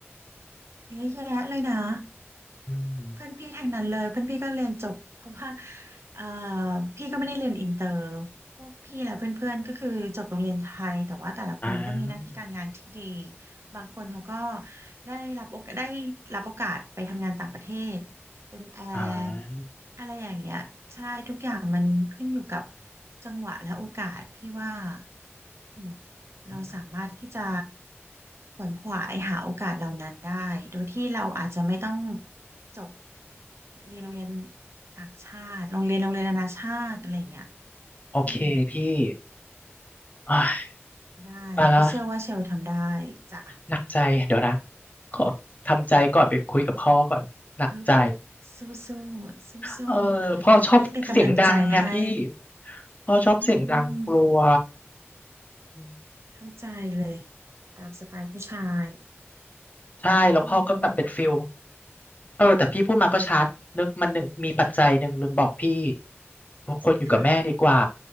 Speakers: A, on the right; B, on the left.
A: เยอะแยะเลยนะ
B: อืม
A: เพื่อนพี่ทางนั้นเลยเพื่อนพี่ก็เรียนจบเพราะว่าเอ่อพี่ก็ไม่ได้เรียนอินเตอร์พวกพี่และเพื่อนๆก็คือจบโรงเรียนไทยแต่ว่าแต่ละคนก็มีหน้าที่การงานที่ดี
B: อ่า
A: บางคนเขาก็ได้รับโอกาสได้รับโอกาสไปทำงานต่างประเทศเป็นแอร์
B: อ่า
A: อะไรอย่างเงี้ยใช่ทุกอย่างมันขึ้นอยู่กับจังหวะและโอกาสพี่ว่าอืมเราสามารถที่จะ
B: อืม
A: ขวนขวายหาโอกาสเหล่านั้นได้โดยที่เราอาจจะไม่ต้อง จบเรียนโรงเรียนต่างชาติโรงเรียนโรงเรียนนานาชาติอะไรอย่างเงี้ย
B: โอเคพี่
A: อืม
B: อ่า
A: ได้พี่เชื่อว่าเชลทำได้
B: ไปละ
A: จ้ะ
B: หนักใจเดี๋ยวนะขอทำใจก่อนไปคุยกับพ่อก่อนหนักใจ
A: ฮึบสู้สู้สู้สู้ๆพี่เป็นกำลังใจให้
B: เออพ่อชอบเสียงดังไงพี่พ่อชอบเสียงดังกลัว
A: อืม
B: อืม
A: เข้าใจเลยตามสไตล์ผู้ชาย
B: ใช่แล้วพ่อก็แบบเป็นฟิล
A: อืม
B: เออแต่พี่พูดมาก็ชัดนึกมันหนึ่งมีปัจจัยหนึ่งลืมบอกพี่คนอยู่กับแม่ดีกว่า
A: ค่ะ